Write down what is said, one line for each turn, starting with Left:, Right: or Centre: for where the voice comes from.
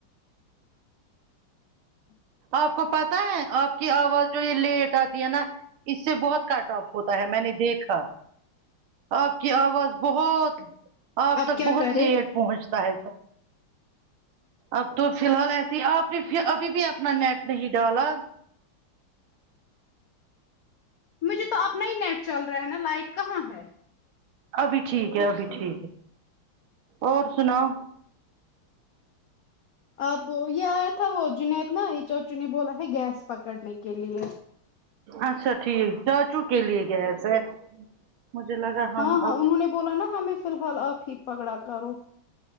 Right: آپ کو پتہ ہے آپ کی آواز جو یہ لیٹ آتی ہے نا اس سے بہت کٹ آف ہوتا ہے میں نے دیکھا آپ کی آواز بہت آپ تک
Left: کیا
Right: بہت
Left: کرے
Right: لیٹ پہنچتا ہے وہ اب تو فی الحال ایسیے ہی آپ نے ابھی بھی اپنا نیٹ نہیں ڈالا
Left: مجھے تو اپنا ہی نیٹ چل رہا ہیں نا لائٹ کہاں ہے
Right: ابھی ٹھیک ہے ابھی ٹھیک ہے اور سناؤ
Left: آپ یہ آیا تھا وہ جنید نا یہ چاچو نے بولا ہے گیس پکڑنے کے لیے
Right: اچھا ٹھیک چاچو کے لیے گیس ہے مجھے لگا
Left: ہاں
Right: ہم
Left: ہاں انہوں نے بولا نا ہمیں فی الحال اب ہی پگڑا کرو